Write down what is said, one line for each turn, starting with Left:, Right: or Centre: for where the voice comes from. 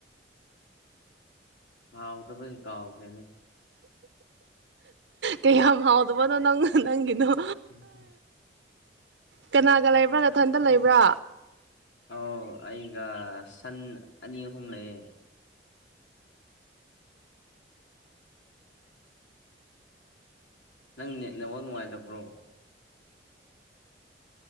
Left: ꯍꯥꯎꯇꯄꯩ ꯀꯥꯥꯎꯥꯒꯔ꯭ꯦ ꯅꯤ
Right: ꯀꯩꯌꯥꯝ ꯍꯥꯎꯗꯕꯅꯣ ꯅꯪꯅ ꯅꯪꯒꯤꯅꯣ
Left: ꯎ ꯐ
Right: ꯀꯅꯥꯒ ꯂꯩꯕ꯭ꯔꯥ ꯅꯊꯟꯇ ꯂꯩꯕ꯭ꯔꯥ
Left: ꯑꯥꯎ ꯑꯩꯒ ꯁꯟ ꯑꯅꯤ ꯑꯍꯨꯝ ꯂꯩꯌꯦ ꯅꯪ ꯅꯦꯠꯅꯋ ꯅꯨꯡꯉꯥꯏꯇꯕ꯭ꯔꯣ